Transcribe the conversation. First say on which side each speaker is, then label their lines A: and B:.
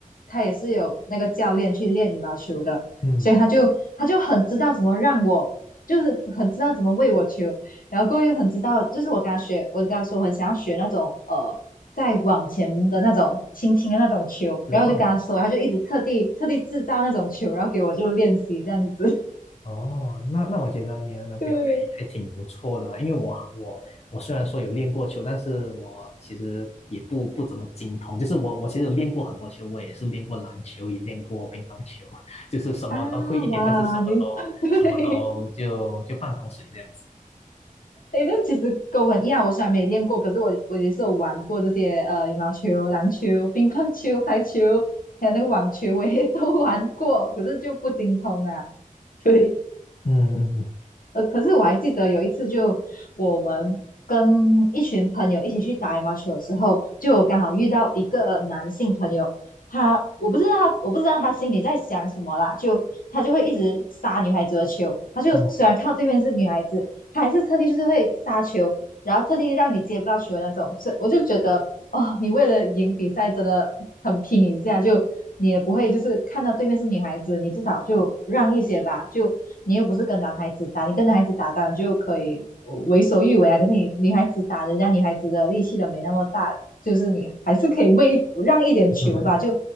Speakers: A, on the left; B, on the left.
A: 他也是有那个教练去练羽毛球的，
B: 嗯，
A: 所以他就他就很知道怎么让我，就是很知道怎么喂我球，然后过后又很知道，就是我跟他学，我就跟他说我很想要学那种呃再往前的那种轻轻的那种球，
B: 是放
A: 然后我就跟他说，他就一直特地特地制造那种球，然后给我就练习这样子。<laughs>
B: 哦，那那我觉得你的男朋友还还挺不错的啦，
A: 对
B: 因为我我我虽然说有练过球，但是我其实也不不怎么精通，就是我我其实有练过很多球，我也是练过篮球，也练过乒乓球，<laughs> 就是什么都会一点，
A: 啊，哇，
B: 但是什么都什么都就就半桶水这样子。
A: 你 <laughs> 对。诶，这其实跟我很一样，我虽然没练过，可是我我也是有玩过这些呃羽毛球、篮球、乒乓球、排球，还有那个网球，我也 <laughs> 都玩过，可是就不精通啊。对，
B: 嗯嗯
A: 呃，可是我还记得有一次就，我们跟一群朋友一起去打羽毛球的时候，就我刚好遇到一个男性朋友，他我不知道我不知道他心里在想什么啦，就他就会一直杀女孩子的球，他就虽然看到对面是女孩子，
B: 嗯，哇
A: 他还是特地就是会杀球。然后特地让你接不到球的那种，是我就觉得哦，你为了赢比赛真的很拼一下，就你也不会就是看到对面是女孩子，你至少就让一些吧，就你又不是跟男孩子打，你跟男孩子打当然就可以为所欲为啊，可是你女孩子打人家女孩子的力气都没那么大，就是你还是可以为让一点球吧，
B: <laughs>
A: 就